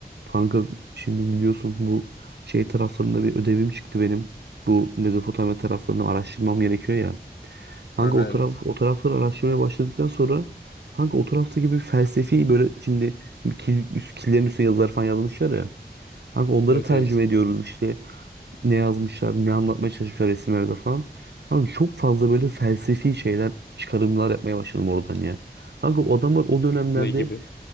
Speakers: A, on the right (about 80°); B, on the left (about 85°).
A: Kanka şimdi biliyorsun bu şey taraflarında bir ödevim çıktı benim. Bu Mezopotamya taraflarını araştırmam gerekiyor ya. Kanka
B: Aha,
A: o taraf
B: evet.
A: o tarafları araştırmaya başladıktan sonra kanka o taraftaki gibi felsefi böyle şimdi bir kil, üst, killerin üstüne yazılar falan yazmışlar ya. Kanka onları
B: Evet
A: tercüme
B: evet.
A: ediyoruz işte ne yazmışlar, ne anlatmaya çalışmışlar resimlerde falan. Kanka çok fazla böyle felsefi şeyler, çıkarımlar yapmaya başladım oradan ya. Kanka o adamlar o dönemlerde
B: Ne gibi?